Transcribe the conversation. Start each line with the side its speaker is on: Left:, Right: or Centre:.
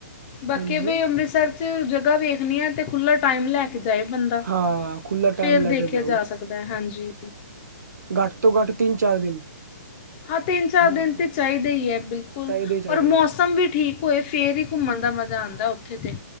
Left: ਬਾਕੀ
Right: ਹਾਂਜੀ
Left: ਵਈ ਅੰਮ੍ਰਿਤਸਰ ਚ ਜਗਾ ਵੇਖਨਿਆ ਤੇ ਖੁੱਲ੍ਹਾ ਟਾਈਮ ਲੈ ਕੇ ਜਾਏ ਬੰਦਾ
Right: ਹਾਂ ਖੁੱਲਾ ਟਾਈਮ
Left: ਫੇਰ ਦੇਖਿਆ
Right: ਲੈ ਕੇ ਜਾਓ।
Left: ਜਾ ਸਕ ਦਾ ਹਾਂਜੀ।
Right: ਘੱਟ ਤੋਂ ਘੱਟ ਤਿੰਨ-ਚਾਰ ਦਿਨ।
Left: ਹਾਂ ਤਿੰਨ-ਚਾਰ
Right: ਬਹੁਤ
Left: ਦਿਨ ਤੇ ਚਾਈਦੇ ਈ ਏ ਬਿਲਕੁਲ
Right: ਚਾਹੀਦੇ ਹੀ ਚਾਹੀਦੇ
Left: ਔਰ ਮੌਸਮ
Right: ਨੇ।
Left: ਵੀ ਠੀਕ ਹੋਏ ਫੇਰ ਈ ਘੁੰਮਨ ਦਾ ਮਜ਼ਾ ਆਂਦਾ ਉੱਥੇ ਤੇ।